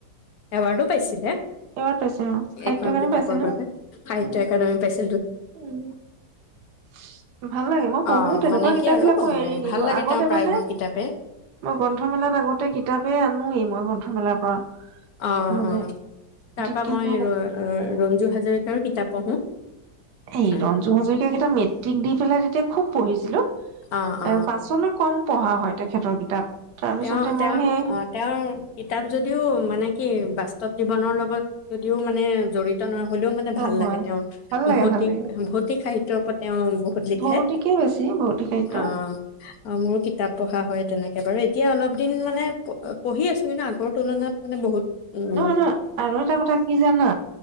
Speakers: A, on the left (about 60°); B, on the right (about 70°).
A: এৱাৰ্ডো পাইছিলে।
B: এইবাৰ পাইছে অ সাহিত্য
A: এখন
B: অকাডেমী
A: কিতাপৰ
B: পাইছে ন
A: বাবে সাহিত্য
B: উম,
A: একাডেমি পাইছে।
B: উম ভাল লাগে মই পঢ়ো
A: অ
B: তেনেকুৱা
A: মানে
B: কিতাপ
A: কি আৰু
B: বিলাক মই
A: অ
B: এৰি নিদিওঁ
A: ভাল লাগে
B: আগতে
A: তেওঁৰ প্ৰায়বোৰ
B: মানে
A: কিতাপে
B: মই গ্ৰন্থমেলাত আগতে কিতাপেই আনোৱয়েই মই গ্ৰন্থমেলাৰ পৰা
A: অ',
B: মানে
A: অ', তাৰ পৰা
B: কিন্তু
A: মই ৰ ৰঞ্জু হাজৰিকাৰ কিতাপ পঢ়ো।
B: এই
A: অ
B: ৰঞ্জু হাজৰিকাকেইটা মেট্ৰিক দি পেলাই তেতিয়া খুব পঢ়িছিলো
A: অ
B: পাছলৈ কম পঢ়া হয় তেখেতৰ কিতাপ। তাৰপিছতে
A: তেওঁ
B: মই
A: তেওঁ
B: সেই
A: অ', তেওঁৰ কিতাপ যদিও মানে কি বাচ চতৱ জীৱনৰ লগত যদিও মানে জড়িত তনৰ হ'লেও মানে
B: নহয়
A: ভাল লাগে তেওঁ
B: ভাল লাগে
A: ভৌতিক
B: ভাল লাগে
A: ভৌতিক সাহিত্যৰ ওপৰত তেওঁ বহুত লিখে
B: ভৌতিকে বেছি ভৌতিক সাহিত্য
A: অ', মোৰো কিতাপ পঢ়া হয়। তেনেকে বাৰু এতিয়া অলপ দিন মানে পঢ়ি আছো কিন্তু আগৰ তুলনাত মানে বহুত উম
B: নহয়, নহয় আৰু এটা কথা কি জানা